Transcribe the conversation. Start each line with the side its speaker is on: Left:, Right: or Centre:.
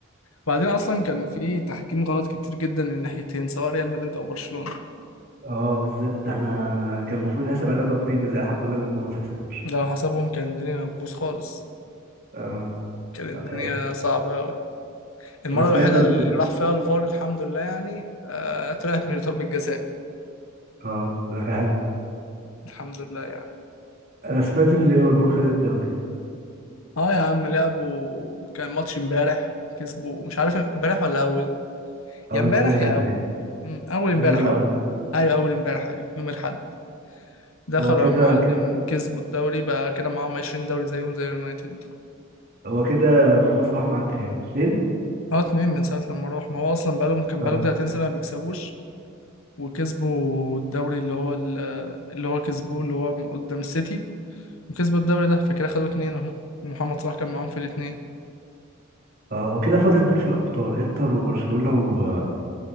Left: بعدين اصلا كان في تحكيم غلط كتير جدا للناحيتين سواء ريال مدريد او برشلونة
Right: اه بالذات ده احنا كان المفروض يتحسب علينا ضربتين جزاء الحمد لله ان هم ما اتحسبوش
Left: لو حسبهم كان الدنيا هتبوظ خالص
Right: اه
Left: كانت الدنيا
Right: على الاخر
Left: صعبة أوي المرة
Right: انا سمعت
Left: الوحيدة
Right: ان
Left: اللي راح فيها الفار الحمد لله يعني آه طلعت من ضربة جزاء
Right: اه لا حلو،
Left: الحمد لله يعني
Right: انا سمعت ان ليفربول خد الدوري
Left: اه يا عم لعبوا كان ماتش امبارح كسبوا مش عارف امبارح ولا اول
Right: اول
Left: يا امبارح
Right: امبارح
Left: يا
Right: باين.
Left: اول م- اول
Right: تقريبا
Left: امبارح اه
Right: اول امبارح
Left: ايوه اول امبارح ايوه يوم الاحد دخلوا
Right: هو كده
Left: يا معلم
Right: كده
Left: كسبوا الدوري بقى كده معاهم 20 دوري زيهم زي يونايتد
Right: هو كده محمد صلاح معاه كام اتنين
Left: اه اتنين من ساعة لما راح ما هو اصلا بقالهم كان
Right: اه
Left: بقالهم 30 سنة ما بيكسبوش وكسبوا الدوري اللي هو ال- اللي هو كسبوه اللي هو قدام السيتي وكسبوا الدوري ده فكده خدوا اتنين اهو ومحمد صلاح كان معاهم في الاتنين
Right: اه هو كده فاضل مين في الابطال انتر وبرشلونة و...